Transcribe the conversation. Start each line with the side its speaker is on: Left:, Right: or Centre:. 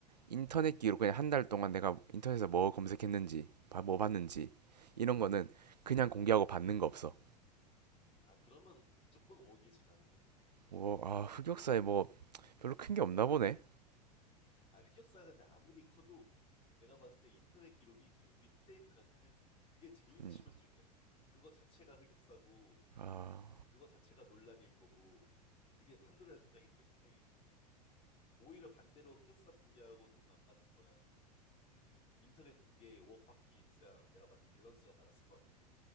Right: 인터넷 기록 그냥 한 달 동안 내가 인터넷에서 뭐 검색했는지, 바- 뭐 봤는지
Left: 음.
Right: 이런 거는 그냥 공개하고 받는 거 없어.
Left: 아, 그러면 무조건 5억이지 나는.
Right: 뭐, 아, 흑역사에 뭐 별로 큰 게 없나 보네.
Left: 아, 흑역사가 근데 아무리 커도 내가 봤을 때 인터넷 기록이 이제 우리 현대인들한테는 그게 제일
Right: 음,
Left: 치명적이야. 그거 자체가 흑역사고,
Right: 아,
Left: 그거 자체가 논란일 거고, 그게 판도라의 상자이기 때문에 오히려 반대로 흑역사 공개하고 돈 안 받는 거랑 인터넷 공개 5억 받기 했어야 내가 봤을 때 밸런스가 맞았을 것 같은데?